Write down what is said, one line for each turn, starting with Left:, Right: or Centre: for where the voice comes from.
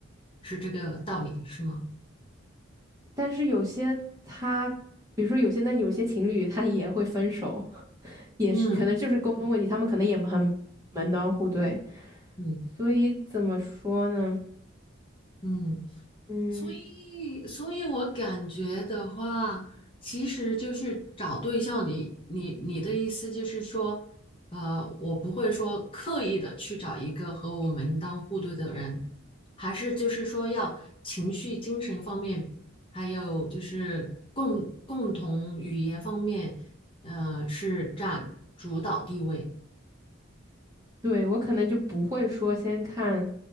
Left: 是这个道理，是吗？
Right: 但是有些他，比如说有些那有些情侣他也会分手。也是可能就是沟通问题，
Left: 嗯，
Right: 他们可能也很门当户对，
Left: 嗯。
Right: 所以怎么说呢？
Left: 嗯，
Right: 嗯，
Left: 所以，所以我感觉的话，其实就是找对象你。你你的意思就是说，呃，我不会说刻意的去找一个和我门当户对的人，还是就是说要情绪、精神方面，还有就是共共同语言方面，呃，是占主导地位。
Right: 对我可能就不会说先看